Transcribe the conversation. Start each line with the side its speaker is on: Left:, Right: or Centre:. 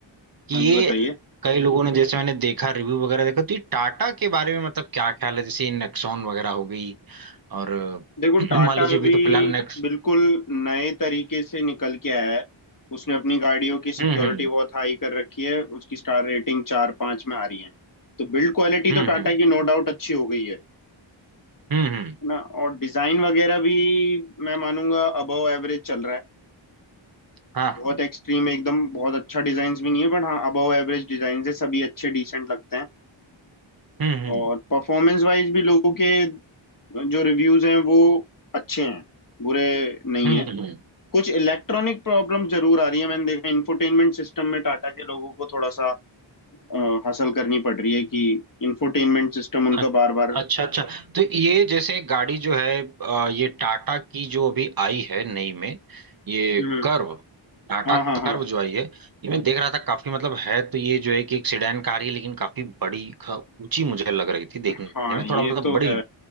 Right: कि
Left: हाँ
Right: ये
Left: जी बताइए
Right: कई लोगों ने जैसे मैंने देखा रिव्यू वगैरह देखा तो ये टाटा के बारे में मतलब क्या ख्याल है जैसे ये नेक्सॉन वगैरह हो गई और
Left: देखो
Right: <clears throat>
Left: टाटा
Right: मान लीजिए
Left: अभी
Right: अभी तो फिलहाल नेक्स्ट
Left: बिल्कुल नए तरीके से निकल के आया है उसने अपनी गाड़ियों की सिक्योरिटी
Right: हम्म
Left: बहुत हाई कर रखी है उसकी स्टार रेटिंग चार पाँच में आ रही है तो बिल्ड क्वालिटी
Right: हम्म
Left: तो टाटा
Right: हम्म
Left: की नो डाउट अच्छी हो गई है
Right: हम्म हम्म हम्म,
Left: है ना और डिजाइन वगैरह भी मैं मानूंगा अबव एवरेज चल रहा है
Right: हाँ
Left: बहुत
Right: हाँ
Left: एक्सट्रीम एकदम बहुत अच्छा डिजाइन भी नहीं है बट हाँ अबव एवरेज डिजाइन है सभी अच्छे डिसेंट लगते हैं
Right: हम्म हम्म
Left: और परफॉर्मेंस वाइज भी लोगों के जो रिव्यूज हैं वो अच्छे हैं बुरे नहीं
Right: हम्म
Left: है
Right: हम्म हम्म,
Left: कुछ इलेक्ट्रॉनिक प्रॉब्लम जरूर आ रही है मैंने देखा इंफोटेनमेंट सिस्टम में टाटा के लोगों को थोड़ा सा अ, हासिल करनी पड़ रही है कि इंफोटेनमेंट सिस्टम उनका
Right: अ-
Left: बार बार
Right: अच्छा अच्छा तो ये जैसे गाड़ी जो है अ, ये टाटा की जो अभी आई है नई में ये
Left: हम्म
Right: कर्व टाटा
Left: हाँ हाँ
Right: कर्व
Left: हाँ
Right: जो आई है ये मैं देख रहा था काफी मतलब है तो ये जो है कि एक सेडान कार ही है लेकिन काफी बड़ी खा- ऊंची मुझे लग रही थी देखने
Left: हाँ
Right: में
Left: ये
Right: थोड़ा मतलब
Left: तो
Right: बड़ी
Left: है